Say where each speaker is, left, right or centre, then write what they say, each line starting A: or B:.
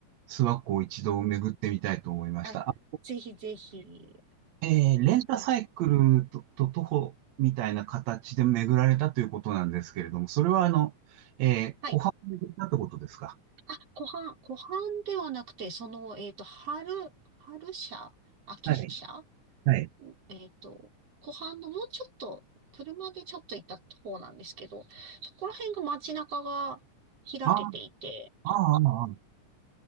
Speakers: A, on the right (about 70°); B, on the right (about 50°).
A: 諏訪湖を一度巡ってみたいと思いました。
B: ー、あ、
A: あ
B: ぜひぜひ、
A: えーレンタサイクルと、
B: すごく。
A: と徒歩みたいな形で巡られたということなんですけれども、それはあの、えー、
B: はい。
A: 湖畔を巡ったってことですか
B: あ、湖畔、湖畔ではなくて、その、えっと、春、春社、秋社
A: はい、はい。
B: えっと、湖畔のもうちょっと、車でちょっと行った方なんですけど、そこら辺が街中が開けていて、
A: ああ、ああ、ああ、